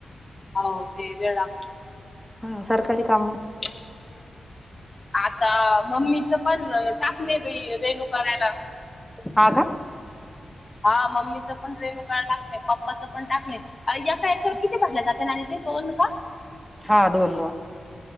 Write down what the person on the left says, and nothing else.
आल्यावर ते वेळ लागतो
<inaudible> आता मम्मीचं पण टाकले बाई रेनू करायला
हा मम्मीच पण रेनू करायला टाकलंय पप्पाचं पण टाकलंय अय्या का याच्यावर किती भरले जाते आणि ते दोन का?